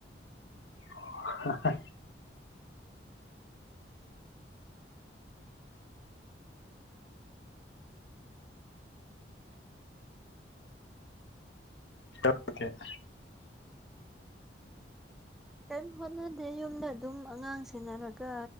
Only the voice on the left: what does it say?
<unintelligible> ꯦ <unintelligible>